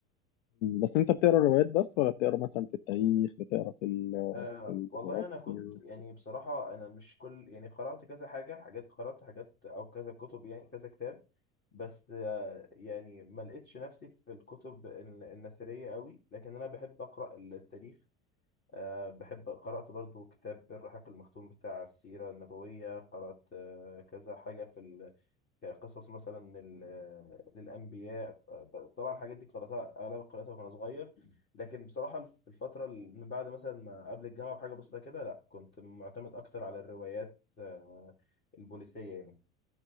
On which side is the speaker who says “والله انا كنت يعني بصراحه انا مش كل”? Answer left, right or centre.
Left